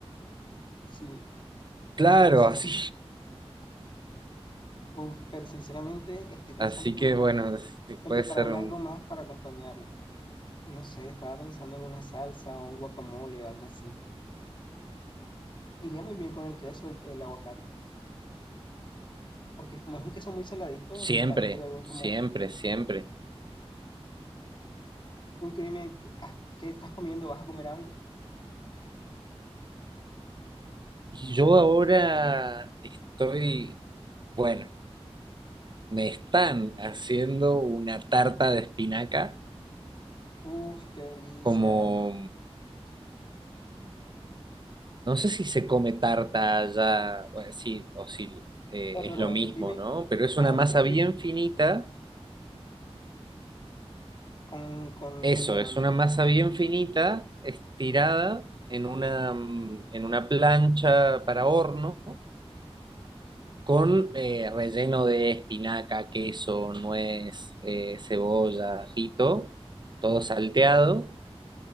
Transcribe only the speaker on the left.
Sí,
es demasiado.
Uf, pero sinceramente estoy pensando
como
que
en,
en
prepararme
algo más para acompañarlo. No sé, estaba pensando en una salsa o un guacamole o algo así. Iría muy bien con el queso, el el aguacate. porque como es un queso muy saladito,
ta- estaría bien
como,
tú que dime, ¿qué, ah, qué estás comiendo? ¿Vas a comer algo?
Uf, qué delicia.
O
sea, pero
dime,
¿cómo
describir?
Con, con
relleno,
¿no?